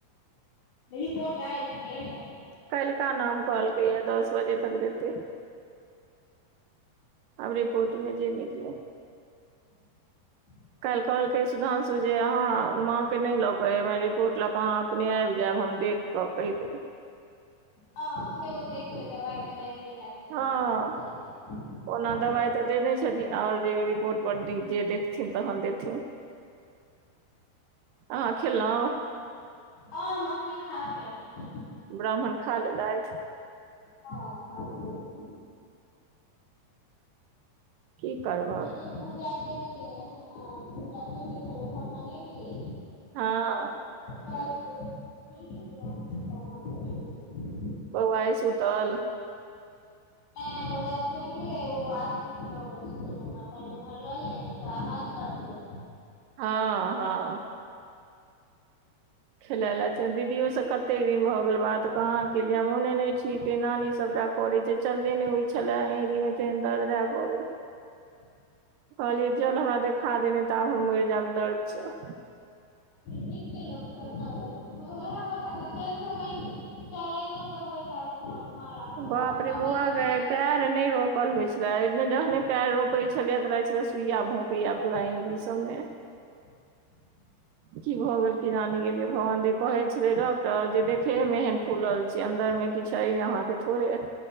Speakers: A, on the left; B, on the right.
A: रिपोर्ट आबि गेल
B: कल्का नाम कहलकै यऽ दस बजे तक देतै अब रिपोर्ट मे जे निकलै
A: <inaudible>
B: काल्हि कहलकै सुधांशु जे अहाँ माँ केँ नय लऽ कऽ एबैन रिपोर्ट लऽ कऽ अहाँ अपने आबि जायब हम देख क कहि देब
A: हँ सेहो देखकेऽ दबाइ तबाइ जे हैत से
B: हँ
A: दऽ देत <unintelligible> हँ
B: ओना दबाइ तऽ देने छथिन आओर जे रिपोर्ट पर जे देखथिन तहन देथिन अहाँ खेलहु
A: हँ हम अखने खा कऽ एलहुँ हँ
B: ब्राह्मण खा लेलैथ
A: हँ हँ खा कऽ गेल
B: की करबै
A: बनेलियै पूजा केलियै हँ पूजा केलियै फेर ओम्हर बनेलियै
B: हँ
A: <unintelligible>
B: बौआ आइ सुतल
A: ऐ बौआ जगलै यऽ ओ आशीस लऽ गेल छथिन उम्हर कहलियै उम्हर लऽ जयो नय तऽ आवाज करतई।
B: हँ हँ खेलाय लए छै दीदीयो सँ कतेक दिन भऽ गेल बात कहाँ केलियै मोने नहि ठीक नानी सभटा करै छै चले नय होइ छलै एड़ी मे तेहेन दर्द रहै पबे
A: <inaudible>
B: कहलियै चल हमरा देखा दे नैय तऽ आब हम मैर जायब दर्द सँ।
A: नीक केलहु न देखाय लेलहुँ हँ ओहै होइत हैत आ चलतो कही चलैतो सँ होइत हैत <unintelligible>
B: बापरे
A: कमी
B: बोआ
A: भऽ
B: गए
A: जाइ
B: पैर
A: छै
B: नैह रोपल होइ छलै जखने पैर रोपै छलियै तऽ रहै छले सुइया भौकैय यऽ पूरा एड़ी सब मे
A: <inaudible>
B: की भऽ गेल किया नै गेलियै भगवान दे कहै छलै डॉक्टर जे देखे मे ऐहैन फुलल छी अन्दर मे किछ यऽअहाँकेँ थोड़े <inaudible>